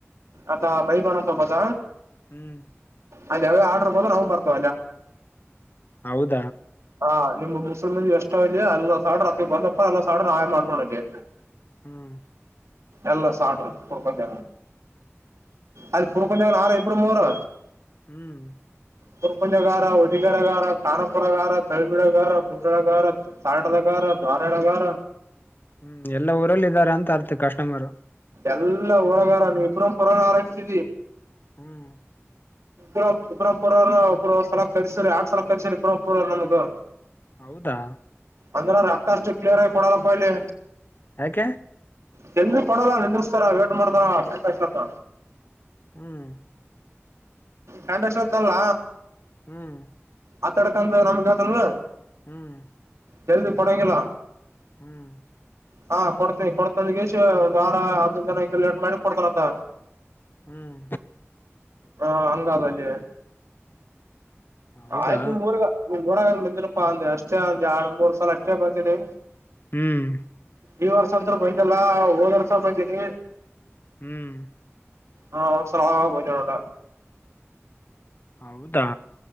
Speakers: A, on the right; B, on the left.
A: ಅತ ಬೈ ಬಣಂತ ಬತ
B: ಹ್ಮ್
A: ಅದ ಯಾವೇ ಆರ್ಡರ್ ಬಂದ್ರೆ ಅವನ್ನ ಬರ್ಕೊ
B: ಹೌದು
A: ಹಾ ನಿಮ್ ಮುಸ್ಲ್ಮನ್ ಎಷ್ಟವಲ್ಲಿ ಅಲ್ಲ ಸಡ್ರ ಹ ಬಂದಪ್ಪ ಅಲ್ಲ ಸಡ ಆಹಾಯ ಮಾಡ್ಕೊಳಗೆ
B: ಹ್ಮ್
A: ಎಲ್ಲ ಸರು ಪುರ್ಕಜ ಅಲ್ಲಿ ಪುರ್ಕಂಜನ್ ಆರು ಇಬ್ರು ಮೂರು
B: ಹ್ಮ್
A: ಗುರ್ಪುಜಗಾರ ಹೊಡಿಗರಗಾರ ಕಾನಪುರಗಾರ ತಳಬಿಳಗಾರ ಗುಡ್ಡಳಗಾರ ತಂಡದಗಾರ ದ್ವಾರಳಗಾರ
B: ಹ್ಮ್ ಎಲ್ಲ ಊರಲ್ಲಿ ಇದ್ದಾರೆ ಅಂತ ಅರ್ಥ ಕಸ್ಟಮರು
A: ಎಲ್ಲಾ ಊರಗಾರ ನೀ ಇಬ್ರ ಪುರೋನ ಆರ್ತಿ
B: ಹ್ಮ್
A: ಇ ಇಪರ ಪರ್ಾರ ಅ ಒಂದು ಸ್ಲ ಪರಿರಿಸರಿ ಆರ್ ಸಲ ಪರಿರಿಸರಿ ಇರ ಪರ್ಾರ ನಮಗೆ
B: ಹೌದಾ
A: ಅಂದ್ರ ರೊಕ್ಕ ಅಕ್ಕಷ್ಟು ಕ್ಲಿಯರ್ ಆಗಿ ಕೊಡಲ್ಲಪ್ಪ ಇಲ್ಲಿ
B: ಹಕ
A: ಜಲ್ದಿ ಕೊಡಲ್ಲ ಎಂದ್ರಿಸಸ್ತಾರ ಲೆಟ್ ಮಾಡ್ತಾರ ಚತ್ತ
B: ಹ್ಮ್
A: ಗಂಡ ವರ್ಷ ಹೊತ್ತಲ್ಲ
B: ಹ್ಮ್
A: ಆತಡಕಂತ ನಮ್ಗ ಆತ ಅಲ್ಲ
B: ಹ್ಮ್
A: ಜಲ್ದಿ ಕೋಡಂಗಿಲ್ಲ
B: ಹ್ಮ್
A: ಹಾ ಕೊಡ್ತೀನಿ ಕೊಡ್ತಂದ ಒಂದ್ ವಾರ ಹದ್ಿನ ಹಂಗ ಲೇಟ್ ಮಾಡಿ ಕೊಡ್ತಾರತ್ತ
B: ಹ್ಮ್
A: ಹಾ ಹಂಗಲ್ಲಿ
B: ಹೌದಾ
A: ಆಯ್ತು ನಿಮ ಮೂರ್ ಮೂರಾಗಂದ ಬಂದಿರಪ್ಪಾ ಅಂದ ಅಷ್ಟೇ ಅ ಎರಡ್ ಮೂರ್ ಸಲ ಅಷ್ಟೇ ಬಂದಿನಿ
B: ಹ್ಮ್
A: ಈ ವರ್ಷ ಅಂತ ಬಂದಲ್ಲ ಹೋದ್ ವರ್ಷ ಬಂದೀನಿ
B: ಹ್ಮ್
A: ಹಾ ಸಲಾ ಬನಡಟ
B: ಹೌದಾ